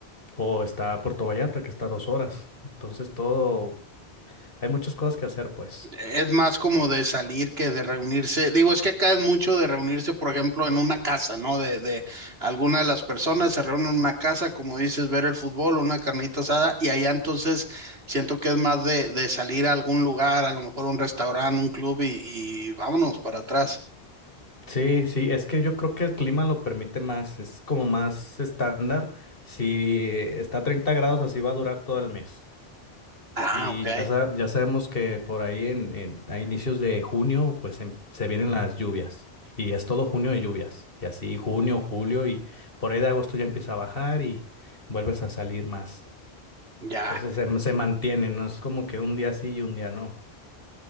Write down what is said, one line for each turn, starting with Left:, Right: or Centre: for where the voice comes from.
Left: O está Puerto Vallarta, que está a dos horas. Entonces todo, hay muchas cosas que hacer, pues.
Right: Es más como de salir que de reunirse. Digo, es que acá es mucho de reunirse, por ejemplo, en una casa, ¿no? De, de alguna de las personas se reúnen en una casa, como dices, ver el fútbol, una carnita asada, y allá entonces siento que es más de, de salir a algún lugar, a lo mejor un restaurante, un club, y, y vámonos para atrás.
Left: Sí, sí, es que yo creo que el clima lo permite más, es como más estándar. Si está a 30 grados, así va a durar todo el mes.
Right: Ah,
Left: Y
Right: ok,
Left: ya, sa- ya sabemos que por ahí en, en- a inicios de junio, pues em- se vienen las lluvias. Y es todo junio de lluvias. Y así junio, julio y por ahí de agosto ya empieza a bajar y vuelves a salir más.
Right: ya.
Left: Entonces se, se mantiene, no es como que un día sí y un día no.